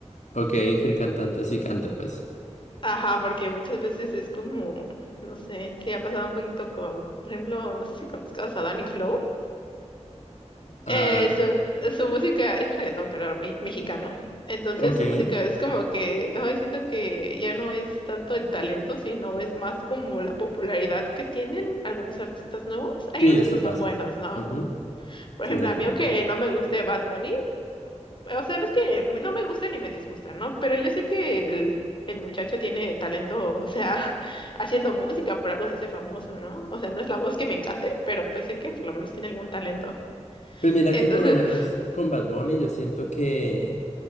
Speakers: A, on the left; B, on the left.
A: Ok, que el cantante sí cante, pues.
B: Ajá, porque muchas veces es como, no sé, si ha pasado un poquito con, por ejemplo, no sé si conozcas a Danny Flow.
A: Ah,
B: Eh, su, su música es reggaetón, pero me- mexicano. Entonces
A: ok,
B: su
A: sí,
B: música es como que, ay, siento que ya no es tanto el talento, sino es más como la popularidad que tienen algunos artistas nuevos. Hay
A: eso
B: unos que sí son
A: pasa.
B: buenos, ¿no?
A: Ujú,
B: Por
A: Sí,
B: ejemplo,
A: te entiendo.
B: a mí aunque no me guste Bad Bunny, o sea, no es que m- no me gusta ni me disgusta, ¿no? Pero yo sé que el, el muchacho tiene talento, o sea, <laughs> haciendo música, por algo se hace famoso, ¿no? O sea, no es la voz que me encante, pero pues sé que por lo menos tiene algún talento.
A: Pues mira
B: Entonces...
A: que por lo menos con Bad Bunny yo siento que,